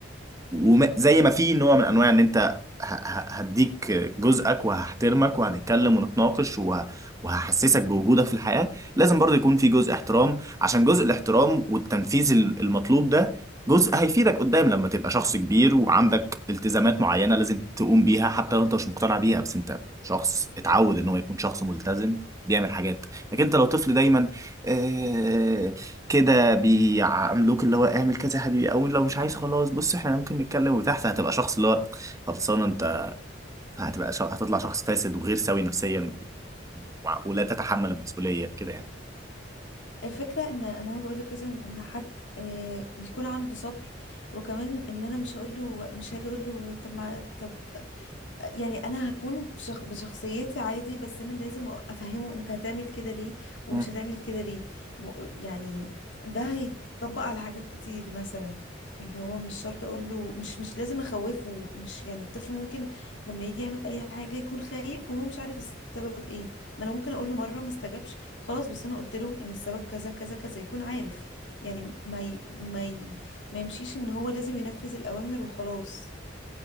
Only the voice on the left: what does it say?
الفكرة ان إن انا بقولك لازم ان حد آه، يكون عنده صبر وكمان ان انا مش هقوله مش هاجي اقوله طب ما طب يعني انا هكون في شخ... بشخصيتي عادي بس انا لازم افهمه انت هتعمل كده ليه ومش
هتعمل كده ليه م... يعني ده هيتطبق على حاجات كتير مثلا اللي هو مش شرط اقول له مش مش لازم اخوفه مش يعني الطفل ممكن لما يجي يعمل اي حاجه يكون خايف وهو مش عارف السبب ايه ما انا ممكن اقول له مره ما استجابش خلاص بس انا قلت له ان السبب كذا كذا كذا يكون عارف يعني ما ي... ما ي... ما يمشيش ان هو لازم ينفذ الاوامر وخلاص